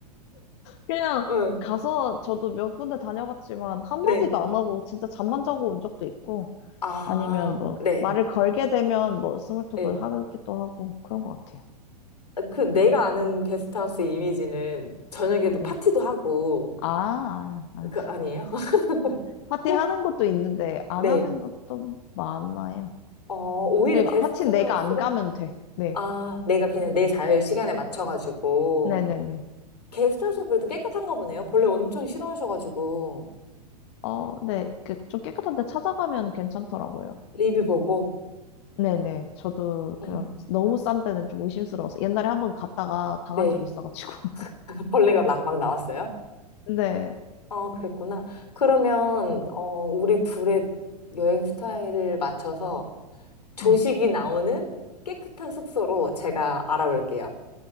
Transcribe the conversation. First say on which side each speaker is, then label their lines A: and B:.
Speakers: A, on the left; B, on the left.
A: 그냥
B: 응,
A: 가서 저도 몇 군데 다녀봤지만 한마디도
B: 네,
A: 안 하고 진짜 잠만 자고 온 적도 있고
B: 아,
A: 아니면 뭐
B: 네.
A: 말을 걸게 되면 뭐 스몰톡을
B: 예.
A: 하기도 하고 그런 것 같아요.
B: 그 내가 아는 게스트하우스 이미지는 저녁에도
A: 네.
B: 파티도 하고,
A: 아, 아,
B: 그, 아니에요? <laughs>
A: 파티
B: 응,
A: 하는 것도 있는데 안
B: 네.
A: 하는 것도 많아요.
B: 어, 오히려
A: 그리고
B: 게스트하우스가?
A: 파티는 내가 안 가면 돼. 네.
B: 아, 내가 그냥 내 자유 시간에 맞춰가지고.
A: 네네네.
B: 게스트하우스 그래도 깨끗한가 보네요. 벌레 엄청 싫어하셔가지고.
A: 어, 네. 그 좀 깨끗한 데 찾아가면 괜찮더라고요.
B: 리뷰 보고,
A: 네네. 저도
B: 응.
A: 그런 너무 싼 데는 좀 의심스러워서 옛날에 한 번 갔다가 당한
B: 네.
A: 적이 있어가지고. <laughs>
B: <laughs> 벌레가 막, 막 나왔어요?
A: 네.
B: 아, 그랬구나. 그러면, 어, 우리 둘의 여행 스타일을 맞춰서 조식이
A: 네.
B: 나오는 깨끗한 숙소로 제가 알아볼게요.